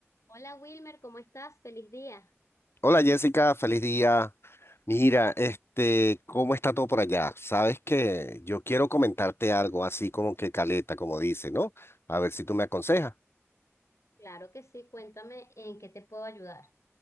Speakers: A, on the left; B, on the left.
A: Hola Wilmer, ¿cómo estás? Feliz día.
B: Hola Jessica, feliz día. Mira, este, ¿cómo está todo por allá? Sabes que yo quiero comentarte algo así como que caleta, como dice, ¿no? A ver si tú me aconsejas.
A: Claro que sí, cuéntame en qué te puedo ayudar.